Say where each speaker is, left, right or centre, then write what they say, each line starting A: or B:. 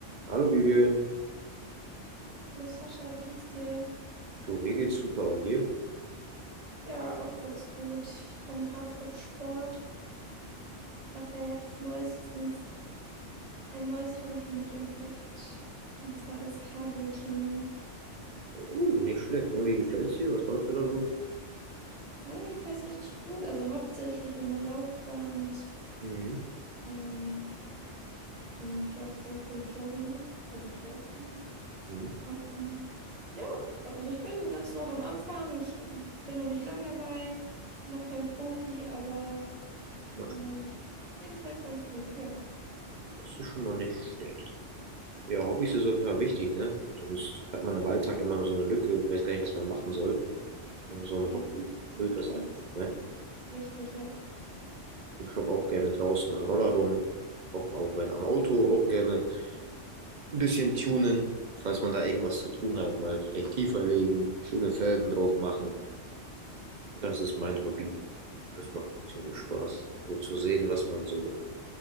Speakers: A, on the right (about 50°); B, on the right (about 35°).
A: Hallo Vivian,
B: Hallo Sascha, wie geht's dir?
A: du, mir geht's super und dir?
B: Ja, auch ganz gut. Ich komme gerade vom Sport. Ich habe ja jetzt neuestens ein neues Hobby für mich entdeckt, und zwar das Cardio-Training.
A: Oh, nicht schlecht. Irgendwie gefällt's dir? Was machst du da so?
B: Ja, mir gefällt's richtig gut. Also hauptsächlich immer Laufband
A: Mhm,
B: ähm, und gehe auch sehr viel joggen, also draußen.
A: mhm.
B: Ähm, ja, also ich bin ganz noch am Anfang. Ich bin noch nicht lang dabei, bin noch kein Profi, aber
A: Mach-
B: ähm, mir gefällt's ganz gut, ja.
A: Das ist schon mal nicht schlecht. Ja, Hobbys ist auf jeden Fall wichtig, ne? Sonst hat man im Alltag immer so eine Lücke, weiß gar nicht, was man machen soll. Und so ein
B: Ja,
A: Hobby
B: auf jeden
A: füllt das
B: Fall.
A: ein, ne?
B: ist wichtig, ja.
A: Ich schraub auch gerne draußen am Roller rum, auch, auch wenn am Auto, auch gerne ein bisschen tunen, falls man da irgendwas zu tun hat, mal vielleicht tiefer legen, schöne Felgen drauf machen. Das ist mein Hobby. Das macht ziemlich Spaß, so zu sehen, was man so